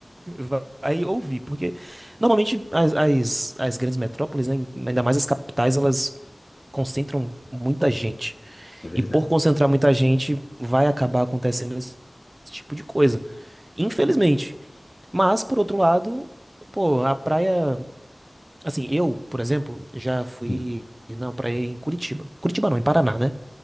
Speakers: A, on the right (about 30°); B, on the left (about 35°).
A: vai ouvir. Porque normalmente as, as, as grandes metrópoles, né, ainda mais as capitais, elas concentram muita gente.
B: é verdade.
A: E por concentrar muita gente, vai acabar acontecendo esse tipo de coisa. Infelizmente. Mas, por outro lado, pô, a praia. Assim, eu, por exemplo, já fui
B: Hum,
A: na praia em Curitiba. Curitiba não, em Paraná, né?